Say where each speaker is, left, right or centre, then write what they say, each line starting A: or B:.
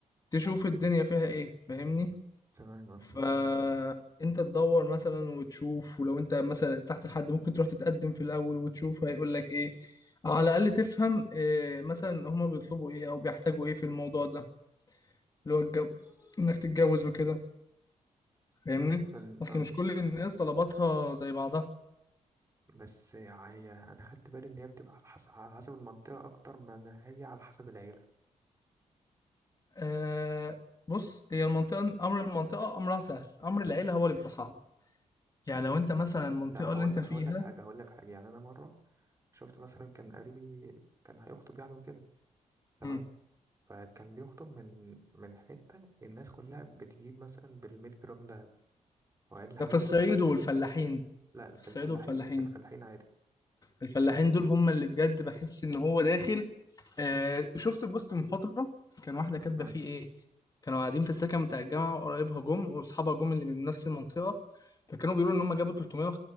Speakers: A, on the left; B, on the right.
A: تشوف الدنيا فيها ايه فاهمني
B: تمام اه
A: فانت تدور مثلا وتشوف ولو انت مثلا تحت الحد ممكن تروح تتقدم في الاول وتشوف هيقول لك ايه أو على الاقل تفهم إيه مثلا هما بيطلبوا ايه او بيحتاجوا ايه في الموضوع ده اللي هو الجو انك تتجوز وكده فاهمني
B: فال-
A: اصل
B: اه
A: مش كل الناس طلباتها زي بعضها
B: بس هي أنا خدت بالي إن هي بتبقى على حسب على حسب المنطقة أكتر من هي على حسب العيلة
A: آه بص هي المنطقة أمر المنطقة أمرها سهل أمر العيلة هو اللي بيبقى صعب يعني لو انت مثلا المنطقة
B: لا هقول
A: اللي انت
B: هقول
A: فيها
B: لك حاجة هقول لك حاجة يعني أنا مرة شفت مثلا كان قريبي كان هيخطب يعني وكده تمام
A: امم
B: فكان بيخطب من من حتة الناس كلها بتجيب مثلا بالمية جرام دهب وأقل
A: ده
B: حاجة
A: في
B: يعتبر
A: الصعيد
B: خمسين
A: والفلاحين
B: لا
A: في
B: في
A: الصعيد
B: الفلاحين
A: والفلاحين
B: في الفلاحين عادي
A: الفلاحين دول هم اللي بجد بحس ان هو داخل آه شفت بوست من فترة كان واحدة كاتبة
B: مم.
A: فيه ايه كانوا قاعدين في السكن بتاع الجامعة وقرايبها جم واصحابها جم اللي من نفس المنطقة فكانوا بيقولوا ان هم جابوا 350